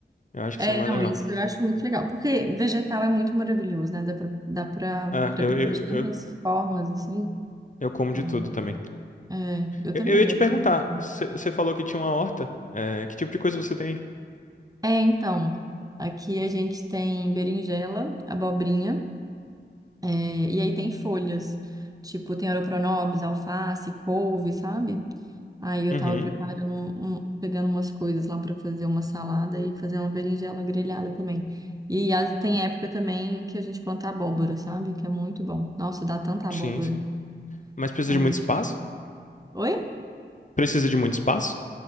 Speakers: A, on the left; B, on the right.
A: Eu acho
B: É,
A: que isso é mais
B: não,
A: legal.
B: isso eu acho muito legal, porque vegetal é muito maravilhoso, né? Dá pra, dá pra
A: Ah,
B: preparar
A: eu, eu,
B: de tantas
A: eu,
B: formas, assim.
A: eu como de
B: É,
A: tudo também.
B: é, eu
A: Eu,
B: também,
A: eu ia te
B: eu como.
A: perguntar, você falou que tinha uma horta. É, que tipo de coisa você tem?
B: É, então, aqui a gente tem berinjela, abobrinha, É, E aí tem folhas, tipo, tem oroponobis, alface, couve, sabe? Aí eu
A: Uhum,
B: tava preparando, um- um- pegando umas coisas lá pra fazer uma salada e fazer uma berinjela grelhada também. E as- tem época também que a gente planta abóbora, sabe? Que é muito bom. Nossa, dá tanta abóbora.
A: sim, sim. Mas precisa
B: É
A: de muito
B: muito-
A: espaço?
B: Oi?
A: Precisa de muito espaço?